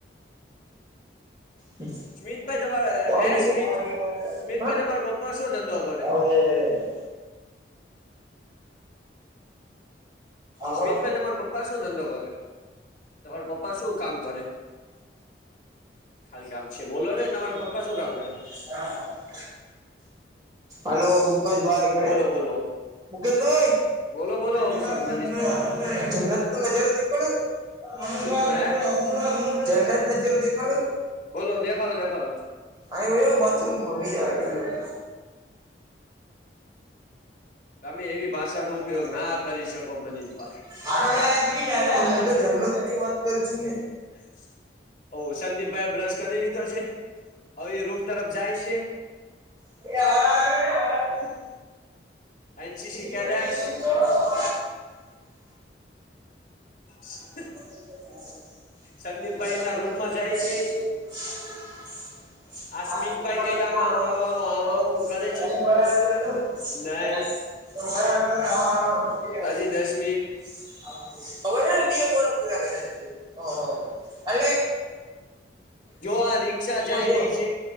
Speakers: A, on the right; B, on the left.
A: હમ્મ
B: સ્મિતભાઈ તમારે
A: પોણી
B: હે
A: ગયું
B: સ્મિત સ્મિતભાઈ
A: હૈ
B: તમારા પપ્પા શું ધંધો કરે
A: હ હા
B: સ્મિતભાઈ
A: બોલ
B: તમારા પપ્પા શું ધંધો કરે? તમારા પપ્પા શું કામ કરે, ખાલી કામ છે બોલો ને તમારા
A: <inaudible>
B: પપ્પા શું કામ કરે
A: હલો મુકેશ ભાઈ કડ
B: બોલો બોલો
A: મુકેશભાઈ
B: બોલો બોલો મનીષભાઈ
A: <inaudible> જન્નત નજારૂ દેખાડું <unintelligible>
B: શું હે
A: જન્નત નજારૂ દેખાડું
B: બોલો દેખાલો દેખાલો
A: અયા વિયાવો બાથરૂમ માં બીજા ટોયલેટમાં
B: તમે એવી ભાષાનો
A: હા <unintelligible>
B: ઉપયોગ ના કરી શકો મનીષભાઈ
A: હું તો જન્નત ની વાત કરુ છું ને
B: <inaudible> ઓ સંદીપભાઈ બ્રશ કરી લીધો છે, હવે એ રૂમ તરફ જાય છે.
A: એ <unintelligible>
B: <inaudible> એનસીસી
A: <inaudible>
B: કેડેટ
A: તો
B: <inaudible>
A: <inaudible>
B: સંદીપભાઈ એના
A: <inaudible>
B: રૂમમાં જાય છે
A: આ
B: સ્મિતભાઈ કઈક આમ આમ આમ
A: <unintelligible>
B: આમ કરે છે
A: <unintelligible>
B: નહી
A: <inaudible>
B: હજી દસ મિનિટ
A: ઈએ કોણે પુરા કર્યા છે <unintelligible> અલે
B: જો આ રિકષા જાઈ
A: જો
B: રહી છે